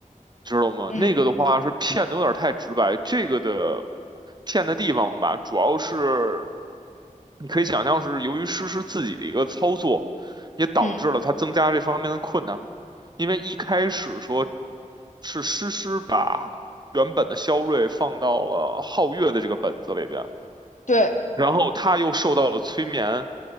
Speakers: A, on the right (about 30°); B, on the left (about 65°).
A: 知道吗？
B: 嗯
A: 那个的话是骗的有点太直白，这个的骗的地方吧，主要是你可以想象是由于诗诗自己的一个操作，也导致了他增加这方面的困难，
B: 嗯，
A: 因为一开始说是诗诗把原本的肖睿放到了皓月的这个本子里边，
B: 对，
A: 然后他又受到了催眠，